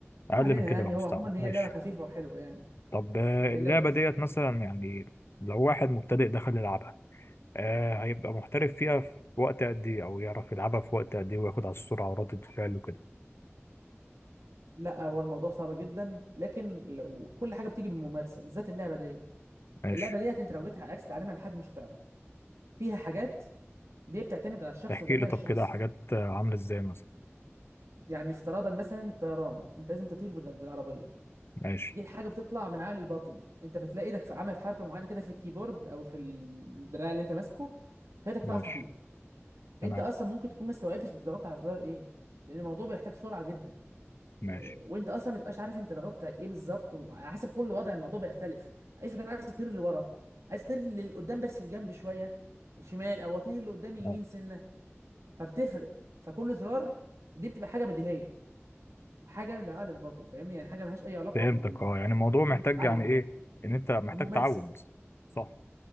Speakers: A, on the right; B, on the left.
A: ما
B: أقل
A: علينا
B: من كده
A: يعني
B: لو مستعمل
A: هو عموما هي
B: ماشي
A: لعبه خفيفه وحلوه يعني
B: طب آه،
A: هي
B: اللعبة
A: لعبه خفيفه
B: ديت
A: وحلوه
B: مثلا
A: جدا
B: يعني لو واحد مبتدئ دخل يلعبها آه هيبقى محترف فيها في وقت قد إيه أو يعرف يلعبها في وقت قد إيه وياخد على السرعة وردة الفعل وكده
A: لا هو الموضوع صعب جدا لكن لو كل حاجه بتيجي بالممارسه بالذات اللعبه ديت
B: ماشي
A: اللعبه ديت انت لو جيت عايز تعلمها لحد مش هتعرف فيها حاجات دي بتعتمد على الشخص
B: تحكي
A: والذكاء
B: لي طب
A: الشخصي
B: كده حاجات آه، عاملة إزاي مثلا
A: يعني افتراضا مثلا الطيران انت لازم تطير بال- بالعربيه
B: ماشي
A: دي حاجه بتطلع من عقل الباطن انت بتلاقي ايدك في عملت حركه معينه كده في الكيبورد او في الدراع اللي انت ماسكه خلتك
B: ماشي
A: تعرف تطير
B: تمام
A: انت اصلا ممكن تكون ما استوعبتش انت ضغطت على الزرار ايه لان الموضوع بيحتاج سرعه جدا و...
B: ماشي
A: وانت اصلا ما تبقاش عارف انت ضغطت على ايه بالظبط وعلى حسب كل وضع الموضوع بيختلف افرض انا عايز اطير لورا عايز اطير لقدام بس الجنب شويه شمال او اطير لقدام يمين
B: آه،
A: سنه فبتفرق فكل زرار دي بتبقى حاجه بديهيه حاجه من العقل الباطن فاهمني يعني حاجه ملهاش اي علاقه
B: فهمتك
A: بال... بال...
B: اه يعني الموضوع
A: ان
B: محتاج
A: انت تتعلم
B: يعني إيه
A: يعني
B: إن أنت محتاج
A: فممارسه
B: تعود صح